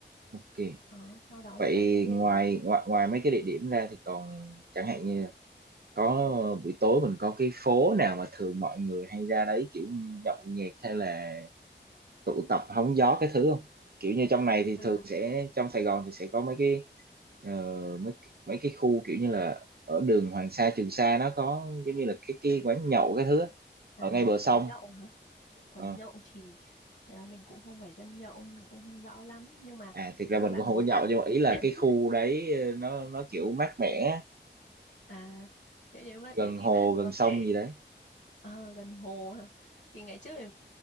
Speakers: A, on the right; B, on the left.
A: ok
B: Đó, sau đó
A: vậy
B: thì bạn có thể
A: ngoài
B: ờ,
A: ngoài ngoài mấy cái địa điểm ra thì còn chẳng hạn như là có buổi tối mình có cái phố nào mà thường mọi người hay ra đấy kiểu nhậu nhẹt hay là tụ tập hóng gió cái thứ không kiểu như trong này thì
B: à
A: thường sẽ trong Sài Gòn thì sẽ có mấy cái ờ, mấy mấy cái khu kiểu như là ở đường Hoàng Sa Trường Sa nó có giống như là cái cái quán nhậu cái thứ á,
B: à
A: ở ngay bờ sông
B: quán nhậu hả quán
A: ờ.
B: nhậu thì à, mình cũng không phải dân nhậu nên mình cũng không rõ lắm nhưng mà
A: à thực
B: nếu
A: ra mình
B: mà bạn
A: cũng
B: muốn
A: không có nhậu
B: ăn
A: nhưng mà ý là
B: <laughs>
A: cái khu đấy ờ, nó nó kiểu mát mẻ
B: à thế nếu mà
A: gần
B: thế thì
A: hồ
B: bạn
A: gần
B: có
A: sông
B: thể
A: gì đấy
B: Ờ, gần hồ hả? thì ngày trước thì